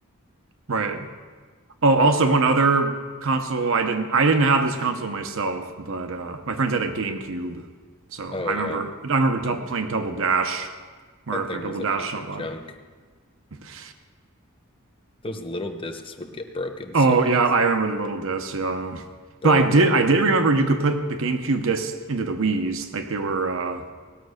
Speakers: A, on the right; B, on the left.
A: right. Oh,
B: or
A: also
B: we
A: one
B: played
A: other
B: Mad.
A: console I didn't I didn't have this console myself, but uh my friends had a GameCube. So
B: Oh
A: I
B: yeah.
A: remember I remember dub playing Double Dash, Mario
B: That thing
A: Kart Double
B: was a
A: Dash
B: piece
A: a
B: of
A: lot.
B: junk.
A: <laughs>
B: Those little discs would get broken so
A: Oh
B: easy.
A: yeah, I remember the little disc, yeah.
B: Broken.
A: But I did I did remember you could put the GameCube disc into the Wii's, like they were uh